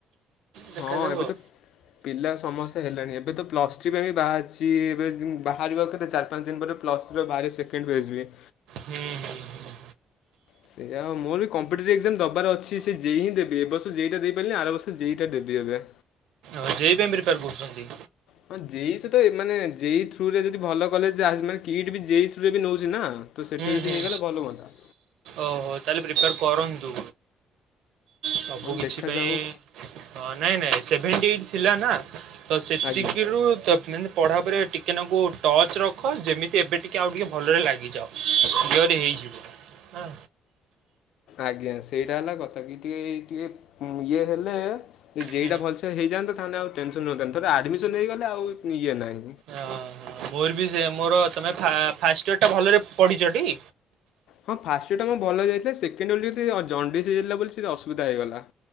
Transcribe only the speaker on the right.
ଦେଖାଯାଉ
ଆଉ।
ହୁଁ ହୁଁ ହୁଁ।
ଓ ଜେଇଇ ପାଇଁ ପ୍ରୀପାର କରୁଛନ୍ତି?
ହୁଁ
ହୁଁ
ଓହୋ ତାହେଲେ ପ୍ରିପେୟାର କରନ୍ତୁ ସବୁକିଛି
ପାଇଁ ହଁ ନାଇଁ ନାଇଁ ସେଭେଣ୍ଟି ଏଇଟ ଥିଲା ନା ତ ସେତିକିରୁ
ତ ମାନେ ପଢ଼ାଉପରେ ଟିକେ ନାଗୁ ଟଚ୍ ରଖ ଯେମିତି ଏବେ ଟିକେ ଆଉ ଟିକେ ଭଲରେ ଲାଗିଯାଅ। କ୍ଲିଅର ହେଇଯିବ।
ହୁଁ
ଓ ହ ମୋର ବି ସେଆ ମୋର ତମେ ଫା ଫାଷ୍ଟ ଇୟର ଟା ଭଲରେ ପଢିଛ ଟି?